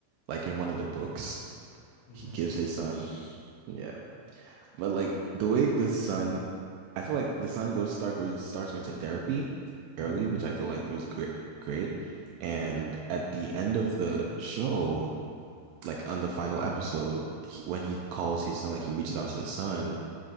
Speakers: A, on the right; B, on the left.
A: Like in one of the books,
B: Oh
A: he
B: my
A: gives
B: gosh.
A: his son. Yeah. But like the way the son, I feel like the son goes start goes starts going to therapy
B: hmm
A: early, which I feel like was great great. And at the end of the show, like on the final episode, he, when he calls his son, like he reaches out to his son,